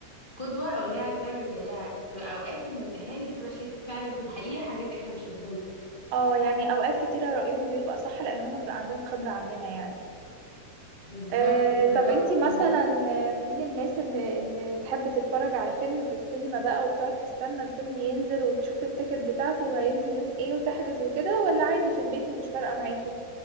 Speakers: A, on the left; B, on the right.
A: قدوه او اللي هي عايزه تعمل زيها في اوقات ان الاهالي بتبقى شايفه فعلا في الحقيقه حاجات احنا مش شايفينها
B: اه يعني اوقات كتيرة رأيهم بيبقى صح لان هم بيبقى عندهم خبرة عننا يعني
A: بالظبط
B: آه طب
A: فاللي
B: انتي
A: هو
B: مثلا آه، من الناس اللي, اللي تحب تتفرج على فيلم في السينما بقى وبتقعد تستنى الفيلم ينزل وتشوف التيكت بتاعته وهينزل يوم ايه وتحجز وكده ولا عادي في البيت ومش فارقة معاكي